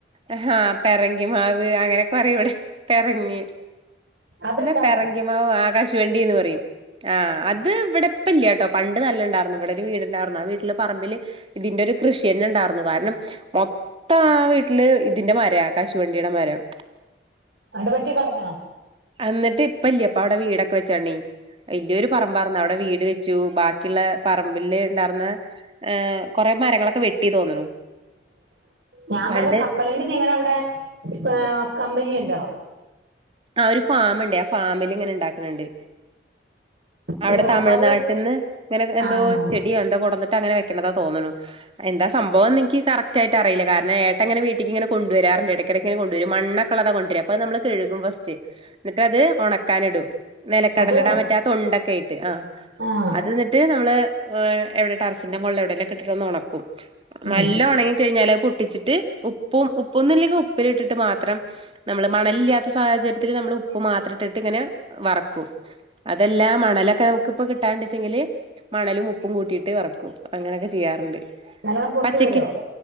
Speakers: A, on the right; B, on the right.
A: ആഹ് പെറങ്കിമാവ് അങ്ങനെയൊക്കെ പറയും ഇവിടെ പെറങ്ങി
B: അതുണ്ടോ
A: എന്താ
B: അവിടെ
A: പെറങ്കി മാവ് ആഹ് കശുവണ്ടീന്ന് പറയും ആഹ് അത് ഇവിടെ ഇപ്പില്ലാട്ടോ പണ്ട് നല്ല ഇണ്ടായിരുന്നു ഇവിടൊരു വീടിണ്ടാർന്നു ആ വീട്ടിലെ പറമ്പില് ഇതിന്റെ ഒരു കൃഷി തന്നെ ഇണ്ടായിരുന്നു കാരണം മൊത്തം ആ വീട്ടില് ഇതിന്റെ മരാ കശുവണ്ടീടെ മരം
B: അന്നിട്ട് വെട്ടി കളഞ്ഞ
A: അന്നിട്ട് ഇപ്പ ഇല്ല ഇപ്പ അവിടെ വീടൊക്കെ വെച്ചാണീ വല്യോരു പറമ്പാർന്നു അവിടെ വീട് വെച്ചു ബാക്കിയുള്ള പറമ്പില് ഇണ്ടായിർന്ന ഏഹ് കൊറെ മരങ്ങളൊക്കെ വെട്ടീ തോന്നണു
B: ഞാൻ
A: പണ്ട്
B: പറഞ്ഞ് കപ്പലണ്ടി നിങ്ങടവിടെ ഇപ്പാ കമ്പനിയിണ്ടോ
A: ആഹ് ഒരു ഫാമിണ്ടെ ആ ഫാമില് ഇങ്ങനെ ഇണ്ടാക്കണെണ്ട് അവിടെ
B: ഓ
A: തമിഴ്നാട്ടിന്ന്
B: അപ്പൊ അത്
A: ഇങ്ങനെ എന്തോ
B: ആഹ്
A: ചെടിയോ എന്തൊ കൊണ്ടന്നിട്ട് അങ്ങനെ വെക്കണതാ തോന്നണു എന്താ സംഭവം എന്നെൻക്ക് കറക്റ്റായിട്ട് അറിയില്ലെ കാരണം ഏട്ടങ്ങനെ വീട്ടി‌ക്കിങ്ങനെ കൊണ്ടുവരാറെണ്ട് എടക്കിട‌ക്കിങ്ങനെ കൊണ്ടുവരും മണ്ണ് ക്ക്ള്ളതാ കൊണ്ടര അത് നമ്മള് കഴുകും ഫസ്റ്റ് എന്നിട്ട് അത് ഒണക്കാനിടും നിലക്കടലെടാ
B: അത്
A: മറ്റാ തൊണ്ടക്കേയിട്ട് ആഹ്
B: ആഹ്
A: അത് എന്നിട്ട് നമ്മള് എഹ് എവിടെ ടറസിന്റെ മോൾല് എവിടേലൊക്കെ ഇട്ടിട്ട് ഒന്ന് ഒണക്കും
B: ഉം
A: നല്ലാ ഒണങ്ങി കഴിഞ്ഞാല് അത് പൊട്ടിച്ചി ട്ട് ഉപ്പും ഉപ്പൊന്നും ഇല്ലെങ്കി ഉപ്പിലിട്ടിട്ട് മാത്രം നമ്മള് മണലില്ലാത്ത സാഹചര്യ ത്തില് നമ്മള് ഉപ്പ് മാത്രട്ടിട്ട് ഇങ്ങനെ വറക്കും. അതെല്ലാ മണലൊക്കെ നമുക്കിപ്പ കിട്ടാണ്ടെച്ചെങ്കില്. മണലും ഉപ്പും കൂട്ടിയിട്ട് വറക്കും അങ്ങനൊക്കെ ചെയ്യാറിണ്ട്
B: നല്ലോണം പൊട്ടി
A: പച്ചക്ക്
B: വരുവോ